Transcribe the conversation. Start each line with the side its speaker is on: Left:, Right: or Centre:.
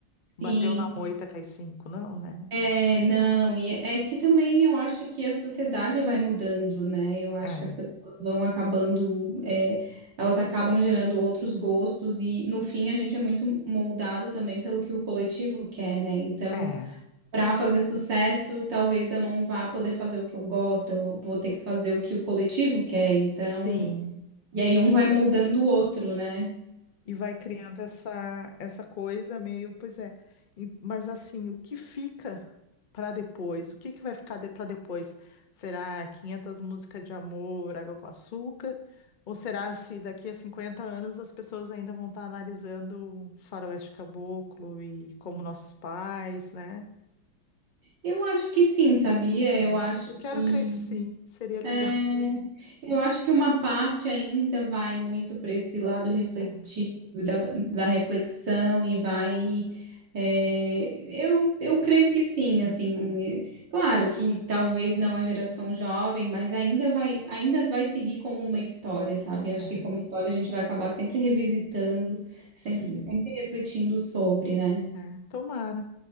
Left: bateu
Right: sim.
Left: na moita, cai cinco, não, né?
Right: É, não, e é que também eu acho que a sociedade vai mudando, né? Eu acho
Left: É,
Right: que as pessoas vão acabando, é, elas acabam gerando outros gostos, e no fim a gente é muito moldado também pelo que o coletivo quer, né? Então.
Left: é,
Right: Para fazer sucesso, talvez eu não vá poder fazer o que eu gosto, eu vou ter que fazer o que o coletivo quer, então.
Left: sim.
Right: E aí um vai moldando o outro, né?
Left: E vai criando essa, essa coisa meio, pois é. E- Mas assim, o que fica para depois? O que que vai ficar de, para depois? Será 500 músicas de amor, água com açúcar? Ou será se daqui a 50 anos as pessoas ainda vão estar analisando Faroeste Caboclo e como nossos pais, né?
Right: Eu acho que sim, sabia?
Left: É.
Right: Eu acho
Left: Eu quero
Right: que
Left: crer que sim, seria legal.
Right: É, eu acho que uma parte ainda vai muito para esse lado refletivo
Left: É,
Right: da, da reflexão e vai. é, eu, eu creio que sim, assim,
Left: é,
Right: claro que talvez não a geração jovem, mas ainda vai, ainda vai seguir como uma história, sabe? Acho
Left: é.
Right: que como história a gente vai acabar sempre revisitando, sempre,
Left: Sim,
Right: sempre refletindo sobre, né?
Left: é. Tomara.